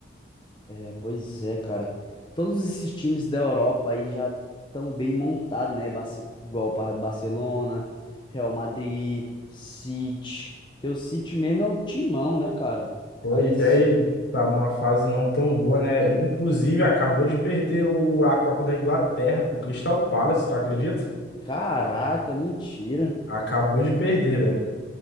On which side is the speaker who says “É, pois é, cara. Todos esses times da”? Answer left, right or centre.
Left